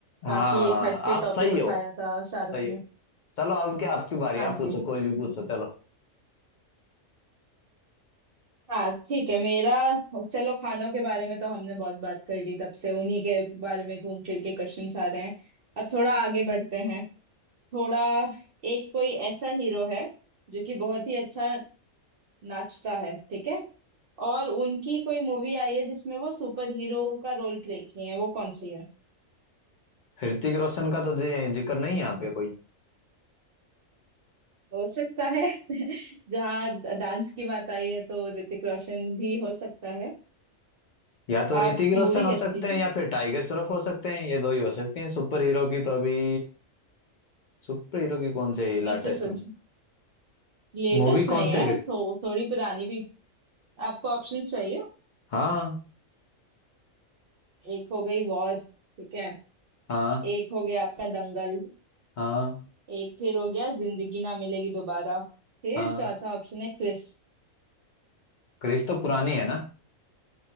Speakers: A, on the left; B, on the right.
A: हाँ
B: काफी एक हटके
A: आप
B: टॉपिक
A: सही
B: उठाया
A: हो
B: था शाहरुख
A: सही
B: ने
A: हो चलो अब क्या आपकी बारी
B: हाँ
A: आप
B: जी
A: पूछो कोई भी पूछो चलो
B: हाँ ठीक है मेरा चलो खानों के बारे में तो हमने बहुत बात कर ली तब से उन्हीं के बारे में घूम फिर के क्वेश्चंस आ रहे हैं अब थोड़ा आगे बढ़ते हैं थोड़ा एक कोई ऐसा हीरो है जो कि बहुत ही अच्छा नाचता है ठीक है और उनकी कोई मूवी आई है जिसमें वो सुपर हीरो का रोल प्ले किए हैं वो कौन सी है
A: ऋतिक रोशन का तो जे- जिक्र नहीं है यहाँ पे कोई
B: हो सकता है <laughs> जहाँ ड- डांस की बात आई है तो ऋतिक रोशन भी हो सकता है
A: या तो ऋतिक
B: आप मूवी
A: रोशन हो
B: गेस
A: सकते
B: कीजिए
A: हैं या फिर टाइगर श्रॉफ हो सकते हैं ये दो ही हो सकते हैं सुपर हीरो की तो अभी सुपर हीरो की कौन सी
B: सोचिए
A: लेटेस्ट
B: सोचिए
A: में
B: लेटेस्ट
A: मूवी
B: नहीं
A: कौन
B: है
A: सी रखी-
B: तो थोड़ी पुरानी भी आपको ऑप्शन चाहिए
A: हाँ
B: एक हो गई वॉर ठीक है
A: हाँ
B: एक हो गया आपका दंगल
A: हाँ
B: एक फिर हो गया जिंदगी ना मिलेगी दोबारा फिर
A: हाँ
B: चौथा ऑप्शन है क्रिस
A: क्रिस तो पुरानी है ना